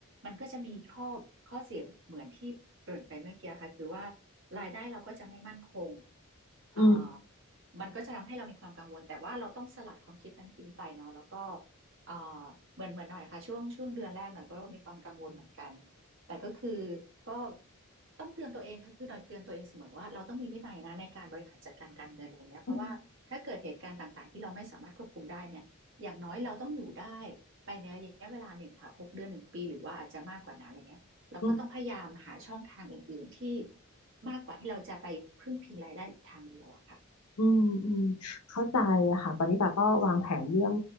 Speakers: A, on the right; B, on the left.
A: มันก็จะมีข้อข้อเสียเหมือนที่เกริ่นไปเมื่อกี้ค่ะคือว่ารายได้เราก็จะไม่มั่นคงเอ่อ
B: อืม
A: มันก็จะทำให้เรามีความกังวลแต่ว่าเราต้องสลัดความคิดนั้นทิ้งไปเนาะแล้วก็เอ่อเหมือนเหมือนหน่อยค่ะช่วงช่วงเดือนแรกหน่อยก็มีความกังวลเหมือนกัน แต่ก็คือก็ต้องเตือนตัวเองค่ะคือหน่อยเตือนตัวเองเสมอว่าเราต้องมีวินัยนะในการบริหารจัดการการเงินอะไรเนี้ยเพราะว่าถ้าเกิดเหตุการณ์ต่างๆที่เราไม่สามารถควบคุมได้เนี่ยอย่างน้อยเราต้องอยู่ได้ไปในระยะเวลาหนึ่งค่ะหกเดือนหนึ่งปีหรือว่าอาจจะมากกว่านั้นอะไรเงี้ยเราก็ต้องพยายามหาช่องทางอื่นๆที่
B: อืมอืม
A: มากกว่าที่เราจะไปพึ่งพิงรายได้ทางเดียวอะค่ะ
B: อืมอืมเข้าใจค่ะตอนนี้ปาก็วางแผนเรื่อง